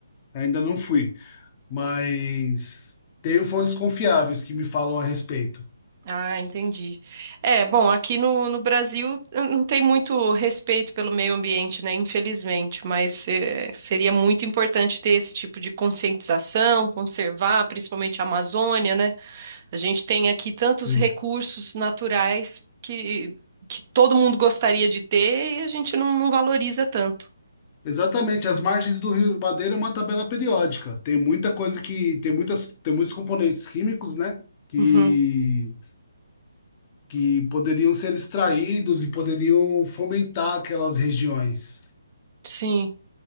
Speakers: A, on the left (about 30°); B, on the right (about 35°).
A: Ainda não fui, mas tenho fontes confiáveis que me falam a respeito.
B: Ah, entendi. É, bom, aqui no, no Brasil eh, não tem muito respeito pelo meio ambiente, né? Infelizmente, mas eh, seria muito importante ter esse tipo de conscientização, conservar, principalmente a Amazônia, né? A gente tem aqui tantos
A: Sim.
B: recursos naturais que, que todo mundo gostaria de ter e a gente não, não valoriza tanto.
A: Exatamente, as margens do Rio Madeira é uma tabela periódica. Tem muita coisa que tem muitas tem muitos componentes químicos, né? Que
B: Uhum,
A: que poderiam ser extraídos e poderiam fomentar aquelas regiões.
B: sim.